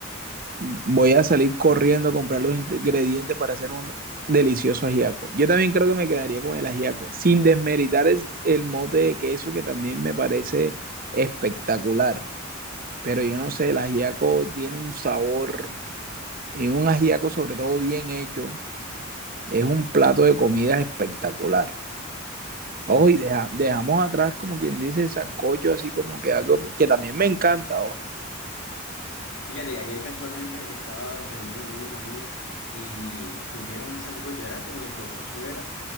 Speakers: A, on the right (about 45°); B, on the left (about 80°).
A: voy a salir corriendo a comprar los ingredientes para hacer un delicioso ajiaco. Yo también creo que me quedaría con el ajiaco, sin desmeritar el, el mote de queso que también me parece espectacular. Pero yo no sé, el ajiaco tiene un sabor, y un ajiaco sobre todo bien hecho, es un plato de comida espectacular.
B: Sí,
A: Oh, y deja- dejamos atrás, como quien dice, el sancocho, así como que algo que también me encanta, oh,
B: fíjate, ayer casualmente estaba reunido con unos amigos y sirvieron un sancocho, era como de chocosuela,